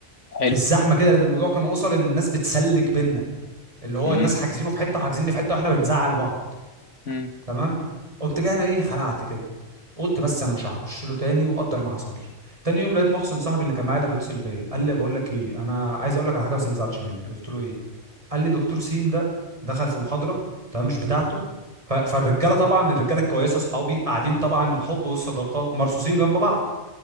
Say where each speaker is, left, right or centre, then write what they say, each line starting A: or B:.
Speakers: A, on the left; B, on the right.
A: حلو
B: في الزحمه كده لان الموضوع كان وصل ان الناس بتسلك بينا اللي هو
A: امم
B: الناس حاجزينه في حته وحاجزيني في حته واحنا بنزعل بعض
A: امم
B: تمام قمت جاي انا ايه خلعت كده قلت بس انا مش هخش له تاني وقدر ما حصلش تاني يوم لقيت محسن صاحبي اللي كان معايا ده بيتصل بيا قال لي بقول لك ايه انا عايز اقول لك على حاجه بس ما تزعلش مني قلت له ايه قال لي دكتور سين ده دخل في محاضره تمام مش بتاعته ف... فالرجاله طبعا الرجاله الكويسه اصحابي قاعدين طبعا الحب والصداقه مرصوصين جنب بعض